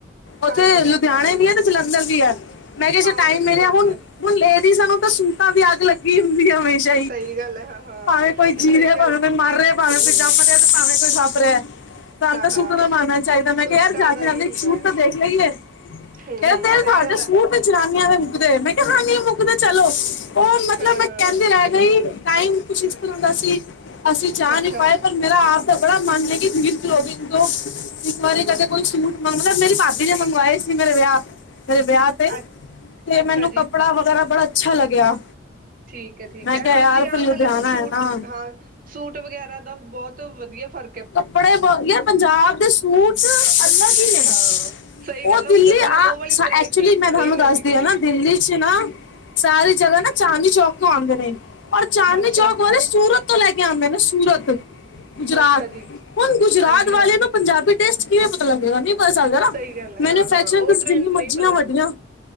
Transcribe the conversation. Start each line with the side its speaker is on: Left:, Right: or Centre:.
Left: ਉੱਥੇ
Right: ਹਾਂਜੀ ਹਾਂ
Left: ਲੁਧਿਆਣੇ
Right: ਹਾਂ
Left: ਵੀ ਹੈ, ਤੇ ਜਲੰਧਰ ਵੀ ਐ, ਮੈਂ ਕਿਹਾ
Right: ਹਾਂ
Left: ਜੇ
Right: ਉਹਨਾਂ
Left: ਟਾਈਮ
Right: ਦੀ
Left: ਮਿਲਿਆ
Right: ਅਲੱਗ
Left: ਹੁਨ
Right: ਅਲੱਗ
Left: ਹੁਣ ਲੇਡੀਜ਼ਾਂ ਨੂੰ ਤਾਂ ਸੂਟਾਂ ਦੀ ਅੱਗ ਲੱਗੀ ਹੁੰਦੀ ਐ ਹਮੇਸ਼ਾ ਈ
Right: ਸਈ ਗੱਲ ਐ ਹਾਂ ਹਾਂ
Left: ਭਾਵੇਂ ਕੋਈ ਜੀ
Right: ਸਹੀ
Left: ਰਿਆ,
Right: ਗੱਲ
Left: ਭਾਵੇਂ
Right: ਹੈ
Left: ਕੋਈ ਮਰ ਰਿਆ, ਭਾਵੇਂ
Right: ਹਮ
Left: ਕੋਈ
Right: ਹਮ
Left: ਜੰਮ ਰਿਆ, ਤੇ ਭਾਵੇਂ ਕੋਈ ਹਸ ਰਿਆ ਤੁਹਾਨੂੰ
Right: ਹਾਂ
Left: ਤਾਂ
Right: ਹਾਂ
Left: ਸੂਟਾਂ ਦਾ ਮਾਨਾ ਚਾਹੀਦਾ, ਮੈਂ
Right: ਸੂਟਾਂ
Left: ਕਿਹਾ ਯਾਰ ਜਾਂਦੇ-
Right: ਦਾ ਹੀ
Left: ਜਾਂਦੇ
Right: ਹੁੰਦਾ
Left: ਇਕ ਸੂਟ
Right: ਹੈ
Left: ਤਾਂ ਦੇਖ ਲਈਏ
Right: ਹਮ
Left: ਕਹਿੰਦੇ
Right: ਹਮ
Left: ਤੇ
Right: ਸਹੀ
Left: ਤੁਹਾਡੇ
Right: ਗੱਲ ਹੈ
Left: ਸੂਟ ਜਨਾਨੀਆਂ ਦੇ ਮੁੱਕਦੇ, ਮੈਂ ਕਿਹਾ ਹਾਂ ਨਹੀਂ ਮੁੱਕਦੇ ਚਲੋ, ਉਹ ਮਤਲਬ
Right: ਹਾਂ
Left: ਮੈਂ
Right: ਹਾਂ
Left: ਕਹਿੰਦੇ ਰਹਿ ਨਹੀ, ਟਾਈਮ ਕੁਛ ਐਸ ਤਰ੍ਹਾਂ ਸੀ, ਅਸੀਂ ਜਾ
Right: ਅੱਛਾ
Left: ਨਹੀਂ ਪਾਏ ਪਰ ਮੇਰਾ ਆਪ ਦਾ ਬੜਾ ਮਨ ਐ ਕਿ ਧੀਰ ਕਲੋਦਿੰਗ ਤੋਂ, ਇੱਕ ਵਾਰੀ ਕਦੇ
Right: ਹਮ
Left: ਕੋਈ ਸੁਰ ਮਤਲਬ ਮੇਰੀ ਭਾਬੀ ਨੇ ਮੰਗਵਾਏ ਸੀ ਮੇਰੇ ਵਿਆਹ, ਮੇਰੇ ਵਿਆਹ ਤੇ,
Right: ਅ ਅੱਛਾ
Left: ਮੈਨੂੰ
Right: ਜੀ
Left: ਕੱਪੜਾ ਵਗੈਰਾ ਬੜਾ ਅੱਛਾ ਲੱਗਿਆ
Right: ਠੀਕ ਐ- ਠੀਕ
Left: ਮੈਂ
Right: ਐ,
Left: ਕਿਹਾ
Right: ਹਾਂਜੀ
Left: ਯਾਰ
Right: ਹਾਂ
Left: ਫਿਰ ਲੁਧਿਆਣਾ
Right: ਮਤਲਬ ਸੂਟ,
Left: ਹੈ ਨਾ
Right: ਹਾਂ ਸੂਟ ਵਗੈਰਾ ਦਾ ਬਹੁਤ ਵਧੀਆ ਫ਼ਰ
Left: ਕੱਪੜੇ ਬ, ਯਾਰ ਪੰਜਾਬ ਦੇ ਸੂਟ ਅਲਗ ਈ ਨੇ।
Right: ਹਾਂ ਸਹੀ ਗੱਲ
Left: ਉਹ
Right: ਹੈ
Left: ਦਿੱਲੀ
Right: ਮਤਲਬ
Left: ਆ,
Right: ਉਹ ਵਾਲੀ
Left: ਸ
Right: ਵਰਾਇਟੀ
Left: ਐਕਚੁਲੀ ਮੈਂ ਤੁਹਾਨੂੰ
Right: ਨਹੀਂ ਮਿਲਦੀ
Left: ਦੱਸਦੀ
Right: ਕਿਤੇ
Left: ਆ ਨਾ। ਦਿੱਲੀ 'ਚ ਨਾ ਸਾਰੀ ਜਗ੍ਹਾ ਨਾ, ਚਾਂਦਨੀ ਚੌਕ ਤੋਂ ਆਂਦੇ ਨੇ। ਪਰ ਚਾਂਦਨੀ
Right: ਅੱਛਾ
Left: ਚੌਂਕ ਵਾਲੇ ਸੂਰਤ ਤੋਂ ਲੈ ਕੇ ਆਂਦੇ ਨੇ। ਸੂਰਤ ਗੁਜਰਾਤ
Right: ਅੱਛਾ ਜੀ,
Left: ਹੁਣ ਗੁਜਰਾਤ
Right: ਹਾਂਜੀ
Left: ਵਾਲੇ
Right: ਹਾਂ।
Left: ਨੂੰ, ਪੰਜਾਬੀ ਟੇਸਟ ਕਿਵੇਂ ਪਤਾ ਲੱਗੇਗਾ। ਨੀ ਹੋਏ ਸਕਦਾ ਨਾ।
Right: ਸਹੀ ਗੱਲ ਹੈ
Left: ਮੈਨੂਫੈਕਚਰਿਗ
Right: ਹਾਂ ਹਾਂ ਉਹ
Left: ਤੁਸੀਂ
Right: ਟਰੈਂਡ
Left: ਜਿੰਨੀ
Right: ਨਹੀਂ
Left: ਮਰਜ਼ੀਆਂ
Right: ਪਤਾ
Left: ਵੱਡੀਆਂ
Right: ਚੱਲਦਾ।